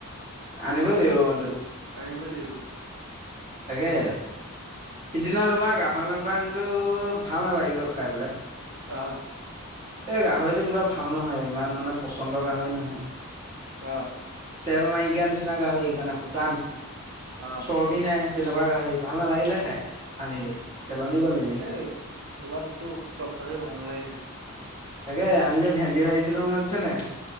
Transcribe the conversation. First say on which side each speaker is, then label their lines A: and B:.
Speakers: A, on the right; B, on the right.
A: আনিবই লাগিব মা
B: আনিবই লাগিব।
A: তাকে- সিদিনা তোমাৰ গাহৰি মাংস আনিলো ভাল নালাগিলে খাই পেলাই।
B: অ
A: এই গাহৰিটো কিবা ভাল নহয় ইমান মানে পচন্দ গাহৰি নহয়।
B: অ
A: তেল নাইকিয়াৰ নিচিনা গাহৰি মানে শুকান
B: আহ
A: চৰ্বি নাই। তেনেকুৱা গাহৰি ভাল নালাগিলে খাই। আনিলো
B: ত
A: পেলনি গ'ল এনেই
B: এ ইমানতো চব গাহৰি ভাল নালাগে খাই।
A: তাকে আমি যে ভেণ্ডি ভাজিছিলো মনত আছে নাই?